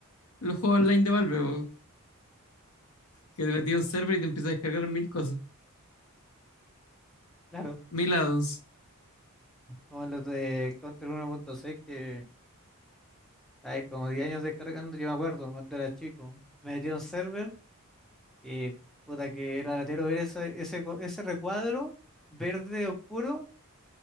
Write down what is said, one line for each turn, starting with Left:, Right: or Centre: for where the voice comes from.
Left: en los juegos online de Valve, po, que te metí a un server y te empiezas a descargar mil cosas,
Centre: Claro,
Left: mil addons.
Centre: como los del Counter 1.6 que hay como 10 años descargando, yo me acuerdo cuando era chico. Me metí a un server Y puta que era latero ver ese, ese, co- ese recuadro verde oscuro